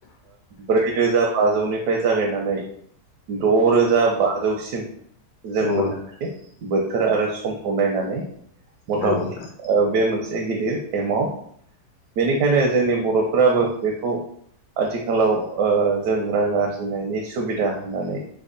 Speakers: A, on the right; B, on the left.
A: ब्रैरोजा बाजौनिफ्राय जागायनानै द'रोजा बाजौसिम। जों
B: नंगौ
A: मोननो हायो। बोथोर आरो समखौ नायनानै मथा
B: नंगौ नोंथां
A: मथि ओ बे मोनसे गिदिर एमाउन्ट। बेनिखायनो जोंनि बर'फोराबो बेखौ आथिखालाव ओ जों रां आरजिनायनि सुबिदा होननानै